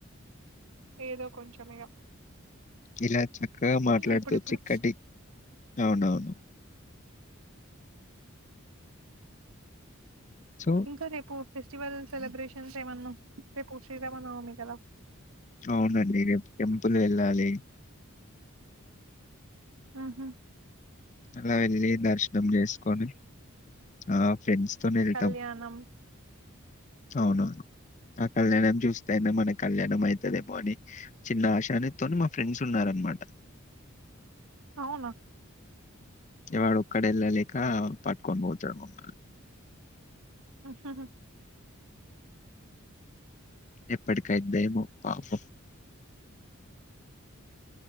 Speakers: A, on the right; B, on the left.
A: ఏదో కొంచం ఇగా
B: ఇలా చక్కగా మాట్లాడుతూ
A: ఇప్పుడిప్పుడు
B: చిక్కటి అవునవును సో,
A: ఇంకా రేపు ఆఫీసు ఫెస్టివల్ సెలిబ్రేషన్స్ ఏమన్నా ఏమన్నా, రేపు శ్రీరామ నవమి కదా
B: అవునండి రేపు టెంపుల్ కి వెళ్ళాలి
A: ఉహూ
B: అలా వెళ్ళి దర్శనం చేసుకొని ఆ ఫ్రెండ్స్ తొనీ వెళ్తాం,
A: కళ్యాణం
B: అవునవును
A: <inaudible>
B: ఆ కళ్యాణం చూస్తయినే మన కళ్యాణం అవుతుదేమో అని చిన్న ఆశానితో మా ఫ్రెండ్స్ ఉన్నారు అన్న మాట
A: అవునా
B: ఇగ వాడు ఒక్కడ వెళ్ళలేక పట్టుకొని పోతాడు మమ్మల్ని
A: ఉహూ
B: ఎప్పుటికీ ఐ ద్దేమో పాపం